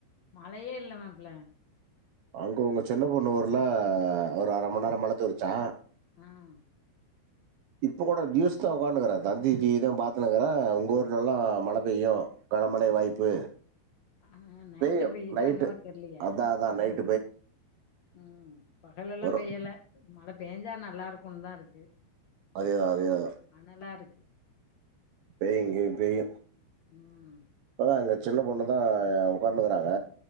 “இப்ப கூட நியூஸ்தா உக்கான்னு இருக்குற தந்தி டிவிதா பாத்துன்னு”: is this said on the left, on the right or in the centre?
Right